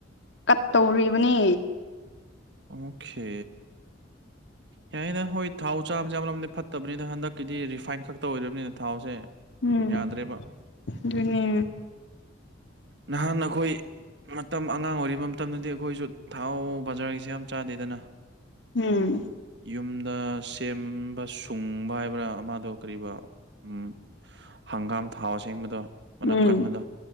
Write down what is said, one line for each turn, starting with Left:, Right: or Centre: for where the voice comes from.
Left: ꯀꯠ ꯇꯧꯔꯤꯕꯅꯤ
Right: ꯑꯣꯀꯦ ꯌꯥꯗ ꯍꯣꯏ ꯊꯥꯎ ꯆꯥꯕꯁꯦ ꯑꯃꯔꯣꯝꯗ ꯐꯠꯇꯕꯅꯤꯅ ꯍꯟꯗꯛꯀꯤꯗꯤ ꯔꯤꯐꯥꯏꯟ ꯈꯛꯇ ꯑꯣꯏꯗꯅꯤꯅ ꯊꯥꯎꯁꯦ
Left: ꯎꯝ
Right: ꯌꯥꯗ꯭ꯔꯦꯕ
Left: ꯑꯗꯨꯅꯦ
Right: ꯅꯍꯥꯟ ꯑꯩꯈꯣꯏ ꯃꯇꯝ ꯑꯉꯥꯡ ꯑꯣꯏꯔꯤꯔꯤꯕ ꯃꯇꯝꯗꯗꯤ ꯑꯩꯈꯣꯏꯁꯨ ꯊꯥꯎ ꯕꯖꯥꯔꯒꯤ ꯁꯤ ꯌꯥꯝ ꯆꯥꯗꯦꯗꯅ
Left: ꯎꯝ
Right: ꯌꯨꯝꯗ ꯁꯦꯝꯕ ꯁꯨꯡꯕ ꯍꯥꯏꯕ꯭ꯔꯥ ꯑꯃꯗꯣ ꯀꯔꯤꯕ ꯎꯝ ꯍꯪꯒꯥꯝ ꯊꯥꯎ ꯑꯁꯦꯡꯕꯗꯣ ꯃꯅꯝ
Left: ꯎꯝ
Right: ꯀꯟꯕꯗꯣ